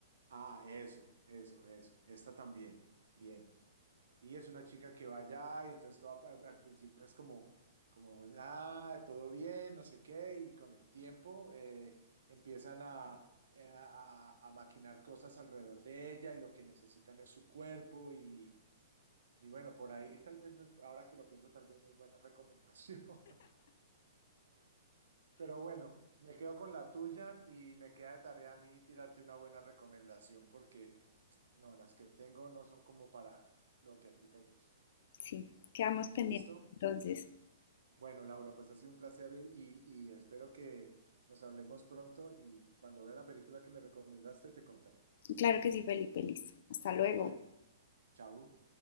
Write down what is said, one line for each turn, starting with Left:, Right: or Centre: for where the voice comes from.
Right: Ah, eso, eso, eso. Esta también. Bien. Y es una chica que va allá y entonces todo al al principio es como, como, ah, todo bien, no sé qué, y con el tiempo eh, empiezan a, eh, a, a- a maquinar cosas alrededor de ella y lo que necesitan es su cuerpo y, Y bueno, por ahí tal vez no es- ahora que lo pienso, tal vez no es buena recomendación. <laughs> Pero bueno, me quedo con la tuya y me queda de tarea a mí tirarte una buena recomendación porque no, las que tengo no son como para lo que a ti te gusta.
Left: sí, quedamos pendientes
Right: ¿Listo?
Left: entonces.
Right: Bueno, Laura, pues ha sido un placer eh, y, y espero que nos hablemos pronto y cuando vea la película que me recomendaste te contaré.
Left: Claro que sí, Felipe, listo. Hasta luego.
Right: Bueno, chao.